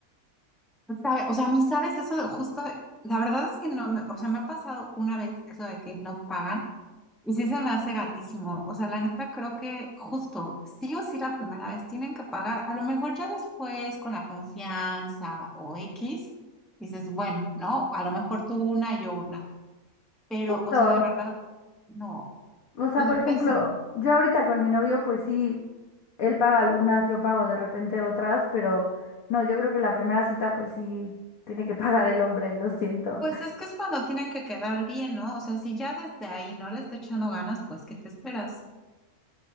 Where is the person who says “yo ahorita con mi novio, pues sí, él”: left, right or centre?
Left